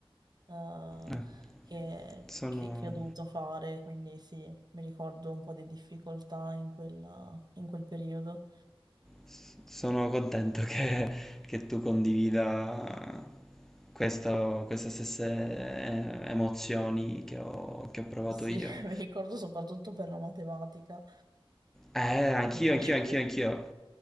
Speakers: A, on the right (about 45°); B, in the centre.
A: eh,
B: eh,
A: che,
B: sono...
A: che- che ho dovuto fare, quindi sì, mi ricordo un po' di difficoltà in quel, in quel periodo.
B: S- Sono contento che, che tu condivida questo- queste stesse eh, emozioni che ho, che ho provato
A: Sì,
B: io.
A: <laughs> mi ricordo soprattutto per la matematica.
B: Eh, anch'io,
A: Quindi-
B: anch'io, anch'io, anch'io.
A: <laughs>